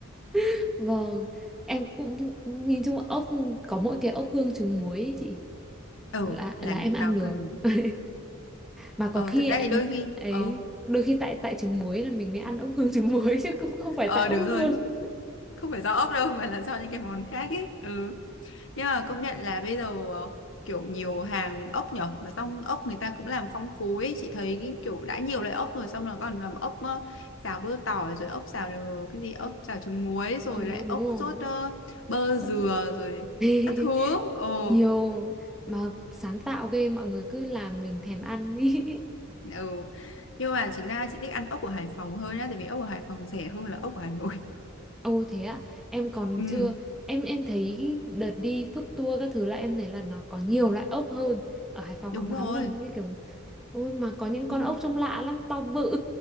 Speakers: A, in the centre; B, on the left.
A: <laughs> vâng em cũng nhìn chung ốc có mỗi cái ốc hương trứng muối ấy chị
B: Ừ
A: là
B: là
A: là em ăn
B: nó
A: được
B: còn
A: <laughs> mà có
B: Ờ
A: khi
B: thực ra
A: em
B: thì đôi khi
A: ấy
B: Ờ
A: đôi khi tại tại trứng muối là mình mới ăn ốc hương trứng muối chứ cũng không phải
B: ờ
A: tại ốc
B: đúng rồi
A: hương
B: Không phải do ốc đâu mà là do những cái món khác ấy Ừ Nhưng mà công nhận là bây giờ ờ, kiểu nhiều hàng ốc nhở mà xong ốc người ta cũng làm phong phú ấy chị thấy cái kiểu đã nhiều loại ốc rồi xong rồi còn làm ốc ờ, xào bơ tỏi rồi ốc xào đồ- cái gì ốc xào trứng muối
A: <laughs>
B: rồi
A: trứng
B: lại
A: muối đúng
B: ốc
A: rồi
B: sốt ờ, bơ
A: rất
B: dừa rồi
A: <laughs>
B: các thứ ồ
A: nhiều mà sáng tạo ghê mọi người cứ làm mình thèm ăn ý.
B: ừ. Nhưng mà chính ra chị thích ăn ốc của Hải Phòng hơn nhá tại vì ốc của Hải Phòng rẻ hơn là ốc của Hà Nội
A: <laughs> Ô thế ạ em còn
B: ừ
A: chưa em em thấy cái đợt đi food tour các thứ là em thấy là nó có nhiều loại ốc hơn ở Hải Phòng
B: đúng
A: họ bán
B: rồi
A: là như kiểu ôi mà có những con
B: ừ.
A: ốc trông lạ lắm to bự